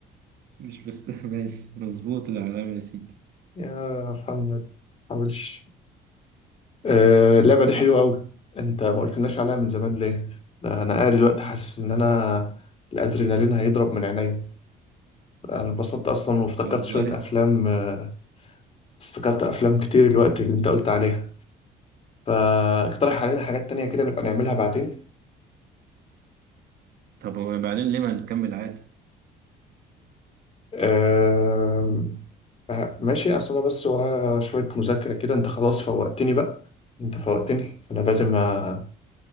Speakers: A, on the right; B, on the left.
A: مش بس <laughs> ماشي مظبوط العلامة يا سيدي
B: يا محمد ما تحاولش آه، اللعبة دي حلوة أوي أنت ما قلتلناش عليها من زمان ليه؟ ده أنا قاعد دلوقتي حاسس إن أنا الأدرينالين هيضرب من عينيا أنا اتبسطت أصلا وافتكرت
A: والله
B: شوية أفلام آه، افتكرت أفلام كتير الوقت اللي أنت قلت عليها فاقترح علينا حاجات تانية كده نبقى نعملها بعدين
A: طب وبعدين ليه ما نكمل عادي
B: آم، آه، ماشي أصل أنا بس ورايا شوية مذاكرة كده أنت خلاص فوقتني بقى أنت فوقتني أنا لازم آه،